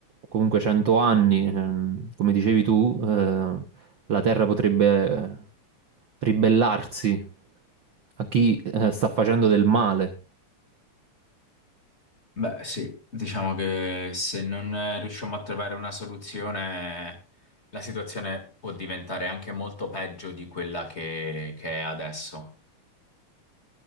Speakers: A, on the right; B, on the left.
A: comunque cento anni, ehm, come dicevi tu, eh, la Terra potrebbe eh, ribellarsi a chi eh, sta facendo del male.
B: Beh, sì, diciamo che se non eh, riusciamo a trovare una soluzione, la situazione può diventare anche molto peggio di quella che, che è adesso.